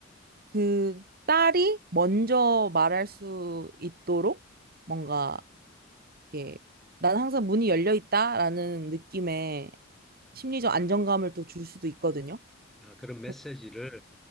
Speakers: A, on the right; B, in the centre.
A: 그 딸이 먼저 말할 수 있도록 뭔가 이렇게 난 항상 문이 열려 있다라는 느낌의 심리적 안정감을 또 줄 수도 있거든요.
B: 아, 그런 메시지를
A: 그-